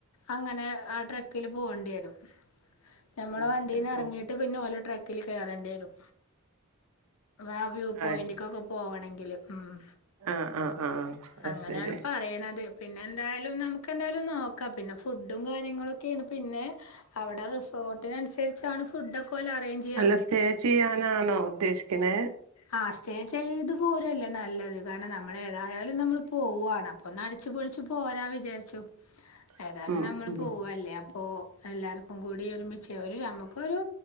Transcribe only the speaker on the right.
അത്
ശരി
ഉം
അത് ശരി
ആഹ് ആഹ് ആഹ് അത്
ശരി
അല്ല സ്റ്റേ ചെയ്യാനാണോ ഉദ്ദേശിക്കണേ?
<inaudible>
ഉം